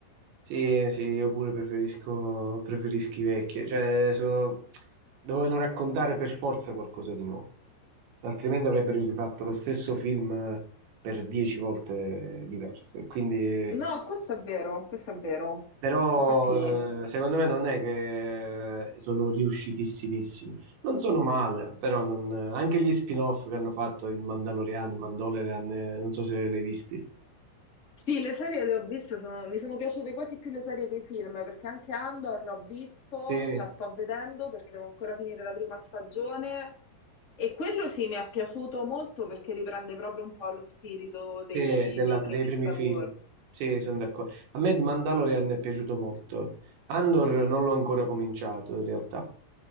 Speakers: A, on the right; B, on the left.
A: Sì, sì, io pure preferisco, preferisco i vecchi. Cioè, so- dovevano raccontare per forza qualcosa di nuovo, altrimenti avrebbero rifatto lo stesso film per dieci volte diverso. E quindi
B: No, questo è vero, questo è vero.
A: Però
B: Infatti.
A: eh, secondo me non è che sono riuscitissimissimi. Non sono male, però non- anche gli spin-off che hanno fatto il Mandalorian, Mandalorian, eh, non so se l'hai visti.
B: Sì, le serie le ho viste, sono- mi sono piaciute quasi più le serie che i film, perché anche Andor ho visto,
A: Sì,
B: cioè sto vedendo perché devo ancora finire la prima stagione e quello sì mi è piaciuto molto perché riprende proprio un po' lo spirito dei,
A: sì, della-
B: dei
A: dei
B: primi
A: primi
B: Star
A: film.
B: Wars.
A: Sì, sono d'accordo. A me il Mandalorian è piaciuto molto. Andor non l'ho ancora cominciato in realtà.